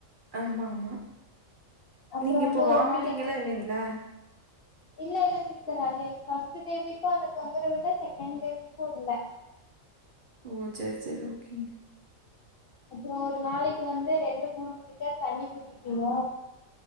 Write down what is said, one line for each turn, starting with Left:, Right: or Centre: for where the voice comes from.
Right: ஆமா ஆமா
Left: அப்றோ
Right: நீங்க இப்ப
Left: வந்து
Right: வாமிட்டிங்க்
Left: ஒரு நாளைக்கு
Right: எல்லா இல்லைங்கள
Left: இல்ல இல்ல சிஸ்டர் அது ஃபஸ்ட் பேபிக்கோ அந்த தொந்தரவு இல்ல செகண்ட் பேபிக்கு இல்ல
Right: ஓ சேரி சேரி ஓகேங்க
Left: அப்றோ ஒரு நாளைக்கு வந்து ரெண்டு மூணு லிட்டர் தண்ணி குடிப்பிங்க